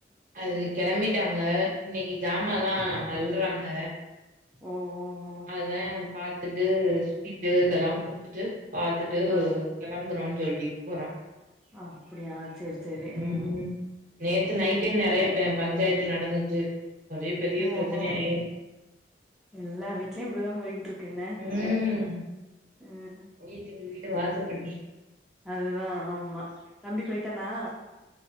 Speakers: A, on the right; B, in the centre.
A: அது கிளம்பிட்டாங்க இன்னைக்கு ஜாமான்ல்லா அள்றாங்க
B: ஒ ஒ ஒ
A: அதா பாத்துட்டு ஸ்வீட்டு இதெல்லா குடுத்துட்டு பாத்துட்டு
B: ஆ
A: கெளம்புறோன்னு சொல்லி போற
B: அப்டியா சேரி சேரி ஆ
A: ம் நேத்து நைட்டே
B: சேரி
A: நெறைய ப பஞ்சாயத்து நடந்துச்சு ஒரே பெரிய
B: ஓஹோ
A: பிரச்சன ஆயி
B: எல்லா வீட்லயு இப்டிதா போய்கிட்டுருக் கென்ன
A: ம்
B: ம்
A: வீட்டுக்கு வீடு வாசப்படி
B: அதுதா ஆமா தம்பி போய்ட்டானா